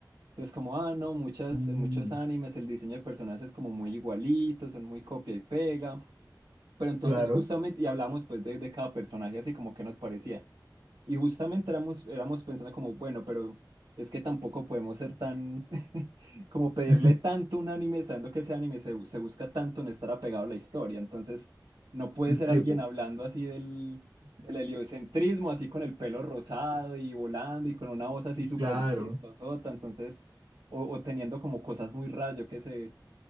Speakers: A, on the right; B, on the right.
A: Entonces como, ah, no, muchas,
B: Mm,
A: en muchos animes el diseño de personajes es como muy igualito, son muy copia y pega. Pero entonces
B: claro.
A: justamente, y hablamos pues de, de cada personaje así como que nos parecía. Y justamente éramos, éramos pensando como, bueno, pero es que tampoco podemos ser tan, <laughs> como pedirle
B: <laughs>
A: tanto a un anime, sabiendo que ese anime se, bu- se busca tanto en estar apegado a la historia. Entonces, no puede ser
B: Sí,
A: alguien
B: pues,
A: hablando así del, del heliocentrismo, así con el pelo rosado y volando y con una voz así súper
B: claro,
A: chistosota. Entonces, o, o teniendo como cosas muy raras, yo qué sé.